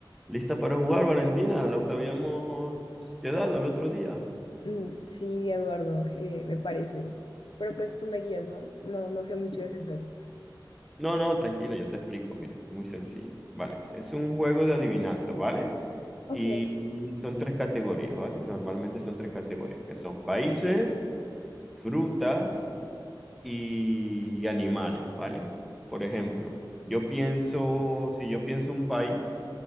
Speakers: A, in the centre; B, on the left (about 75°).
A: ¿Lista para jugar, Valentina? Lo que habíamos quedado el otro día.
B: Mm, sí, Eduardo, eh, me parece. Pero pues tú me guías, ¿no? No, no sé mucho de ese juego.
A: No, no, tranquila, yo te explico, mira, muy sencillo. Vale, es un juego de adivinanza, ¿vale?
B: Ok,
A: Y son tres categorías, ¿vale? Normalmente son tres categorías, que son países, frutas y animales, ¿vale? Por ejemplo, yo pienso, si yo pienso un país,